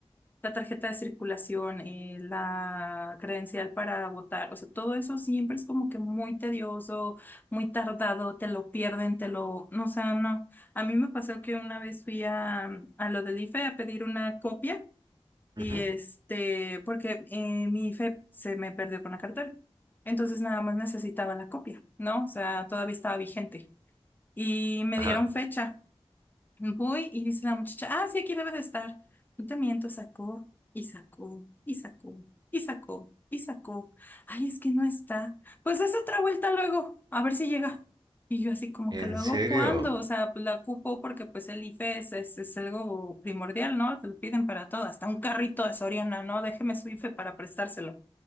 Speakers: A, on the left; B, on the right.
A: La tarjeta de circulación, eh, la credencial para votar, o sea, todo eso siempre es como que muy tedioso, muy tardado, te lo pierden, te lo, no, o sea, no. A mí me pasó que una vez fui a, a lo del IFE a pedir una copia. Y
B: Ujú.
A: este, porque eh, mi IFE se me perdió con la cartera. Entonces nada más necesitaba la copia, ¿no? O sea, todavía estaba vigente. Y me
B: Ajá,
A: dieron fecha. Voy y dice la muchacha, ah, sí, aquí debe de estar. No te miento, sacó y sacó y sacó y sacó y sacó. Ay, es que no está. Pues es otra vuelta luego, a ver si llega. Y yo así como
B: ¿en
A: que luego,
B: serio?
A: ¿cuándo? O sea, pues la ocupo porque pues el IFE es, es, es algo primordial, ¿no? Te lo piden para todo, hasta un carrito de Soriana, ¿no? Déjeme su IFE para prestárselo.